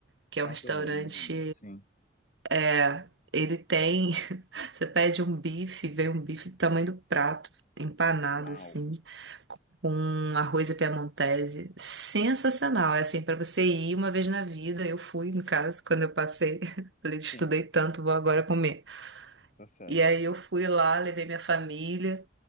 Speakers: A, on the right; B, on the left.
A: que
B: Casalama,
A: é um restaurante.
B: sim.
A: é, ele tem. <laughs> Você pede um bife, vem um bife do tamanho do prato, empanado,
B: Uau.
A: assim, com um arroz à piamontese. Sensacional. É assim, para você ir uma vez na vida. Eu fui, no caso, quando eu passei. <laughs> Falei, estudei
B: Sim,
A: tanto, vou agora comer.
B: tá certo.
A: E aí eu fui lá, levei minha família.